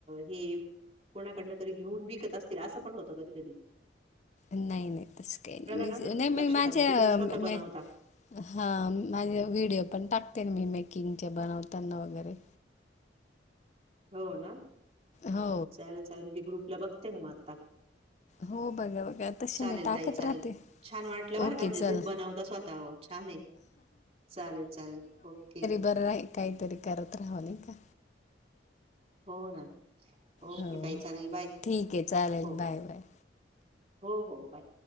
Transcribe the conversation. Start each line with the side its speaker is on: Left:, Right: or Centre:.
Right: हे कोणाकडन तरी घेऊन विकत असतील. अस पण होत कधी कधी.
Left: नाही नाही तस काही नाही.
Right: ना
Left: मी नाही म
Right: लक्षात
Left: माझ्या
Right: आलं की तुम्ही स्वतः
Left: म
Right: बनवता.
Left: हा माझे व्हिडिओ पण टाकते ना मी मेकिंगचे बनवताना वगैरे.
Right: हो ना,
Left: हो
Right: चालेल चालेल, मी ते ग्रुपला बघते मग आता.
Left: हो बघा बघा तसे
Right: चालेल
Left: मी टाकत
Right: ताई चालेल.
Left: राहते
Right: छान वाटल बर
Left: ओके
Right: का म्हणजे
Left: चल
Right: तुम्ही बनवता स्वतः छान आहे. चालेल चालेल ओके.
Left: बर आहे. काहीतरी करत राहव नाही का.
Right: हो ना, ओके
Left: हो
Right: ताई चालेल बाय.
Left: ठीक आहे चालेल
Right: हो
Left: बाय बाय
Right: हो हो बाय.